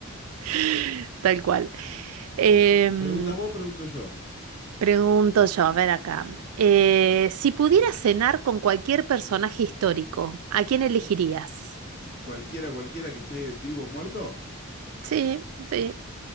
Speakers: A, on the right (about 75°); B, on the left (about 45°).
A: <laughs> Tal cual. Em,
B: ¿Preguntas vos, pregunto yo?
A: Pregunto yo, a ver acá. Eh, si pudieras cenar con cualquier personaje histórico, ¿a quién elegirías?
B: Cualquiera, cualquiera que esté vivo o muerto.
A: Sí, sí,